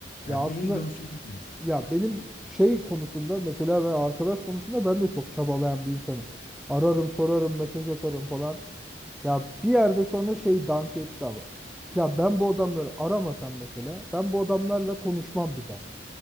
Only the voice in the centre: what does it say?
ya aslında
ya benim şey konusunda mesela ben arkadaş konusunda ben de çok çabalayan bir insanım. Ararım sorarım mesaj atarım falan. Ya bir yerde sonra şey dank etti ama. Ya ben bu adamları aramasam mesela ben bu adamlarla konuşmam bir daha.